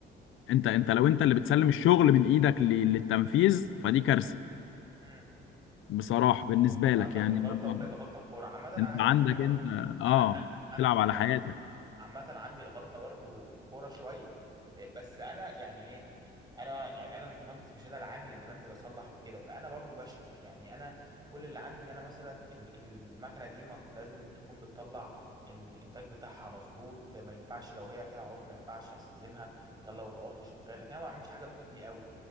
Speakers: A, on the left (about 85°); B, on the right (about 20°).
A: انت انت لو انت اللي بتسلم الشغل من ايدك ل- للتنفيذ فدي كارثه
B: امم
A: بصراحه بالنسبه
B: لان انت
A: لك
B: عندك
A: يعني
B: الغلطة
A: اللي هو
B: ب- الغلطة بفور عامة انا
A: انت
B: عايز
A: عندك
B: اقول لك حاجة
A: انت اه
B: انا انا
A: تلعب
B: عامة
A: على حياتك
B: عامة عندي الغلطة برضو فورة شوية ل- بس أنا يعني إيه أنا يعني أنا المهندس مش أنا العامل اللي بنزل أصلح وكده فأنا برضو بشرف يعني أنا كل اللي عندي إن أنا مثلا ال- المكنة دي ما لازم تكون بتطلع الإنتاج بتاعها مظبوط ما ينفعش لو هي فيها عطل ما ينفعش هستلمها غير لو العطل شغال لكن أنا ما بعملش حاجة بإيدي قوي